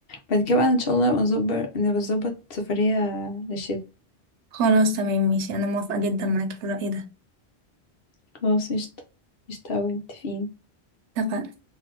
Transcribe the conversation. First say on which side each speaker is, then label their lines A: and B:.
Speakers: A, on the left; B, on the right.
A: بعد كده بقى إن شاء الله نبقى نظبط نبقى نظبط سفرية للشتاء
B: خلاص تمام ماشي أنا موافقة جدا معاك في الرأي ده
A: خلاص قشطة قشطة أوي متفقين
B: اتفقنا